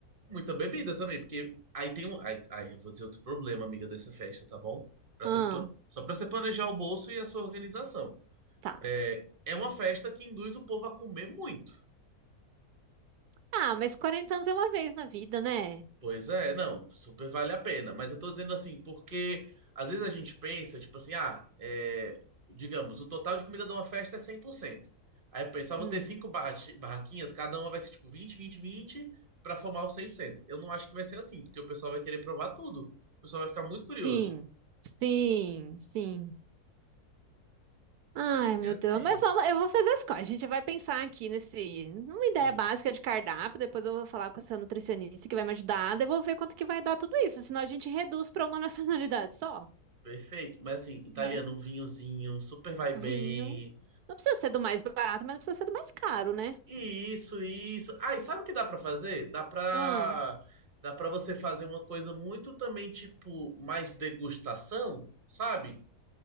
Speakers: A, on the right; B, on the right.
A: Muita bebida também, porque aí tem um. Aí, aí eu vou dizer outro problema, amiga, dessa festa, tá bom? Pra
B: Ah,
A: você, se pla- só pra você planejar o bolso e a sua organização.
B: tá.
A: É, é uma festa que induz o povo a comer muito.
B: Ah, mas 40 anos é uma vez na vida, né?
A: Pois é, não, super vale a pena. Mas eu tô dizendo assim, porque às vezes a gente pensa, tipo assim, ah, é, digamos, o total de comida de uma festa é cem por cento Aí eu penso, ah, vou
B: Hum,
A: ter cinco barra- barraquinhas, cada uma vai ser tipo 20 20 20 pra formar o cem por cento Eu não acho que vai ser assim, porque o pessoal vai querer provar tudo. O pessoal vai ficar muito curioso.
B: Sim, sim, sim. Ai, meu
A: E assim,
B: Deus, mas vamos, eu vou fazer as coisas. A gente vai pensar aqui nesse, numa
A: sim,
B: ideia básica de cardápio, depois eu vou falar com essa nutricionista que vai me ajudar, daí eu vou ver quanto que vai dar tudo isso, senão a gente reduz para uma <laughs> nacionalidade só,
A: perfeito. Mas assim, italiano,
B: né?
A: um vinhozinho, super vai
B: Vinho.
A: bem.
B: Não precisa ser do mais barato, mas não precisa ser do mais caro, né?
A: E isso, isso. Ah, e sabe o que dá pra fazer? Dá pra,
B: Ah,
A: dá pra você fazer uma coisa muito também, tipo, mais degustação, sabe?